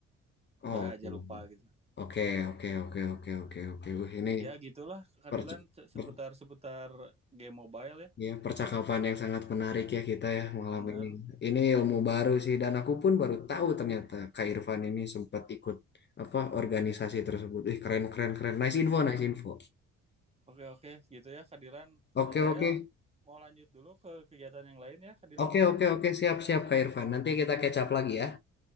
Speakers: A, on the left; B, on the right.
A: oh,
B: udah aja lupa gitu
A: oke, oke, oke, oke, oke, oke. Wih, ini
B: ya gitulah keadilan
A: perc-
B: seputar
A: per-
B: seputar game mobile ya
A: ya, percakapan yang sangat menarik ya kita ya malam
B: bener
A: ini. Ini ilmu baru sih dan aku pun baru tahu ternyata Kak Irfan ini sempat ikut apa organisasi tersebut. Ih, keren, keren, keren. Nice info,
B: Mm.
A: nice info.
B: oke oke gitu ya keadilan
A: Oke,
B: Nah,
A: oke.
B: saya mau lanjut dulu ke kegiatan yang lain ya keadilan
A: Oke, oke, oke, siap, siap, Kak Irfan. Nanti kita catch up lagi ya.